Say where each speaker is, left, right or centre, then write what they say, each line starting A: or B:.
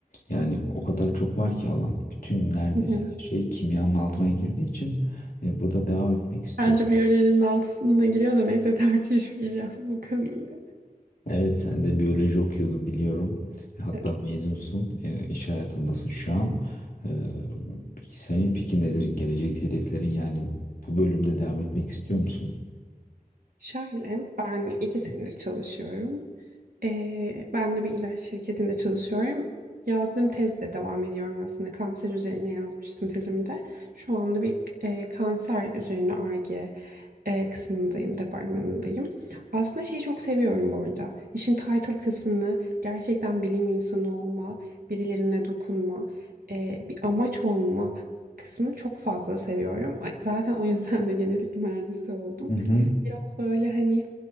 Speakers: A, on the left (about 75°); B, on the right (about 80°).
A: yani o kadar çok var ki alan. Bütün neredeyse
B: Hı hı.
A: her şey kimyanın altına girdiği için e, burada devam etmek istiyorum.
B: Bence biyolojinin altısına giriyor da neyse tartışmayacağım bu konuyu.
A: Evet, sen de biyoloji okuyordun biliyorum. Hatta
B: Evet.
A: mezunsun, e, iş hayatındasın şu an. E, Senin peki nedir gelecek hedeflerin yani bu bölümde devam etmek istiyor musun?
B: Şöyle ben iki senedir çalışıyorum. Ee, ben de bir ilaç şirketinde çalışıyorum. Yazdığım tezde devam ediyorum aslında. Kanser üzerine yazmıştım tezimi de. Şu anda bir e, kanser üzerine ar e, kısmındayım, departmanındayım. Aslında şeyi çok seviyorum bu arada. İşin title kısmını, gerçekten bilim insanı olma, birilerine dokunma, e, bir amaç olma kısmını çok fazla seviyorum. A- Zaten o yüzden de genetik mühendisi oldum.
A: Hı hı.
B: Biraz böyle hani